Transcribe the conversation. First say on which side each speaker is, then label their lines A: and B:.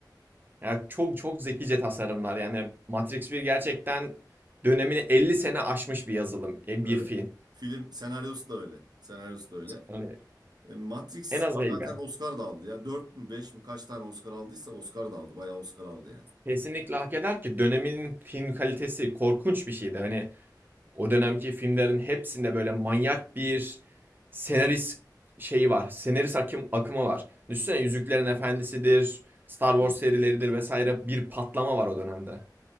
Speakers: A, on the right; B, on the right.
A: yani çok çok zekice tasarımlar. Yani Matrix bir gerçekten dönemini 50 sene aşmış bir yazılım, e,
B: Evet.
A: bir film.
B: Film senaryosu da öyle. Senaryosu da öyle.
A: Yani
B: E, Matrix
A: en az 50.
B: zaten Oscar da aldı ya. dört mü 5 mi kaç tane Oscar aldıysa Oscar da aldı. Bayağı Oscar aldı yani.
A: Kesinlikle hak eder ki dönemin film kalitesi korkunç bir şeydi. Hani O dönemki filmlerin hepsinde böyle manyak bir senarist şeyi var. Senarist akım, akımı var. Düşünsene Yüzüklerin Efendisi'dir, Star Wars
B: Evet.
A: serileridir vesaire bir patlama var o dönemde.